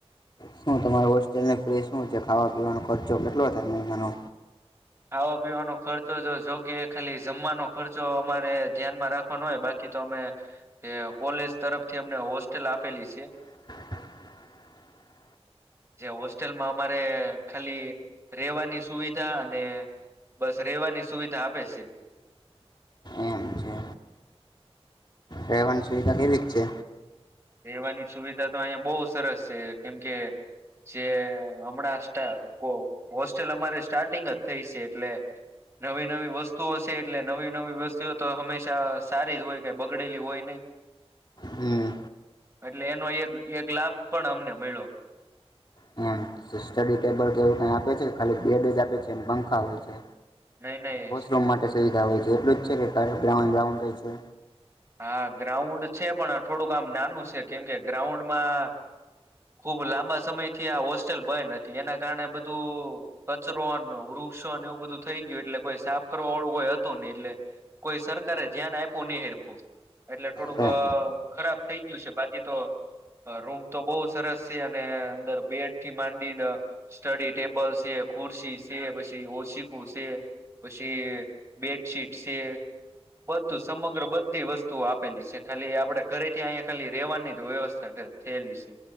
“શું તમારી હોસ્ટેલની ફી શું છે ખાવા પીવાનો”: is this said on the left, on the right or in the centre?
Left